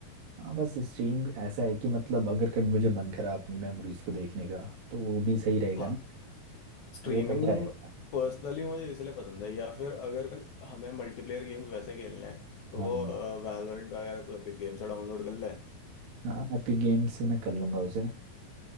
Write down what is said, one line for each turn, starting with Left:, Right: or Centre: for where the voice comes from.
Right: हाँ बस स्ट्रीम ऐसा है कि मतलब अगर कभी मुझे मन करा अपनी मेमोरीज को देखने का तो वो भी सही रहेगा
Left: हाँ
Right: ना
Left: स्ट्रीमिंग
Right: वो बढ़िया रहेगा
Left: पर्सनली मुझे इसलिए पसंद है या फिर अगर हमें मल्टीप्लेयर गेम्स वैसे खेलने हैं तो
Right: हाँ
Left: वैलोरेंट वगैरह तो एपिक गेम्स से डाउनलोड कर ले
Right: हाँ एपिक गेम से मैं कर लूंगा उसे